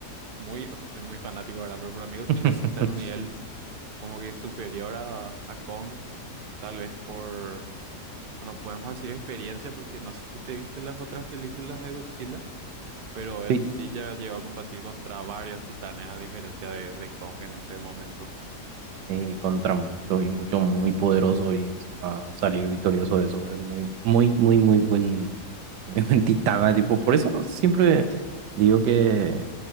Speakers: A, on the right; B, on the right.
A: muy... O sea, soy muy fanático ahora, pero para mí Godzilla
B: <laughs>
A: sí está en un nivel como que superior a, a Kong, tal vez por... Bueno, podemos decir experiencia porque no sé si te viste las otras películas de Godzilla, pero él
B: sí,
A: sí ya llegó a combatir contra varios titanes a diferencia de, de Kong en ese momento.
B: eh, contra muchos y muchos muy poderosos y encima salir victorioso de eso es muy, muy, muy, muy buen, <laughs> muy buen titán, eh, tipo, por eso siempre digo que